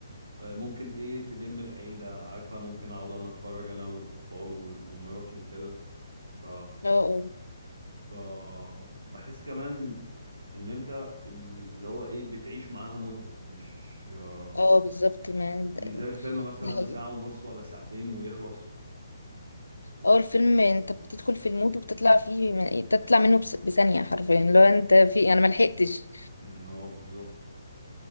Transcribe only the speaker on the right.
آه، ممكن ايه تلم العيله عارفه ممكن اقعد انا اتفرج انا والاطفال وال- ومراتي وكده ف
ف بحس كمان ان انت ال- اللي هو ايه بتعيش معاها مده مش آه
مش
زي الفيلم مثلا
ساعه ونص ولا ساعتين ويخلص
أمم، اه بالظبط